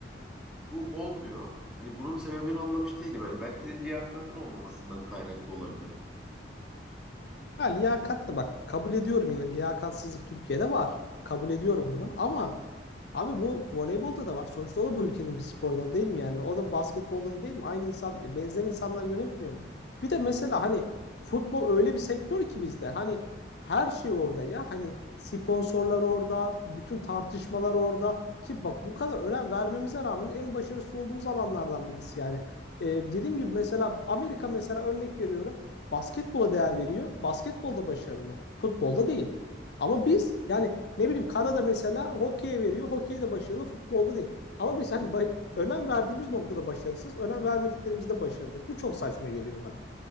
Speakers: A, in the centre; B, on the left.
A: bu olmuyor. Hani bunun sebebini anlamış değilim. Yani belki de liyakatın olmamasından kaynaklı olabilir.
B: Ya liyakat da bak kabul ediyorum yine liyakatsızlık Türkiye'de var. Kabul ediyorum bunu ama Abi bu voleybolda da var. Sonuçta o da bu ülkenin bir spor dalı değil mi yani? O da basketbolda da değil mi? Aynı insan, benzer insanlar yönetmiyor mu? Bir de mesela hani futbol öyle bir sektör ki bizde. Hani her şey orada ya. Hani sponsorlar orada, bütün tartışmalar orada. Ki bak bu kadar önem vermemize rağmen en başarısız olduğumuz alanlardan birisi yani. Ee, dediğim gibi mesela Amerika mesela örnek veriyorum. Basketbola değer veriyor. Basketbolda başarılı. Futbolda değil. Ama biz yani ne bileyim Kanada mesela hokeye veriyor. Hokeyde başarılı, futbolda değil. Ama biz hani ba- önem verdiğimiz noktada başarısız, önem vermediklerimizde başarılı. Bu çok saçma geliyor bana.